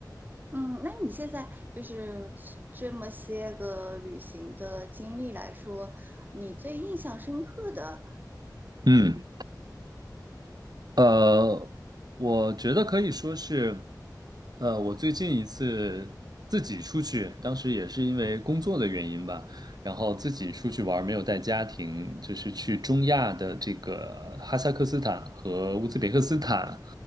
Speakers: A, on the right (about 25°); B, on the right (about 65°).
A: 嗯，那你现在就是这么些个旅行的经历来说，你最印象深刻的？
B: 嗯。呃，我觉得可以说是，呃，我最近一次自己出去，当时也是因为工作的原因吧，然后自己出去玩儿没有带家庭，就是去中亚的这个哈萨克斯坦和乌兹别克斯坦。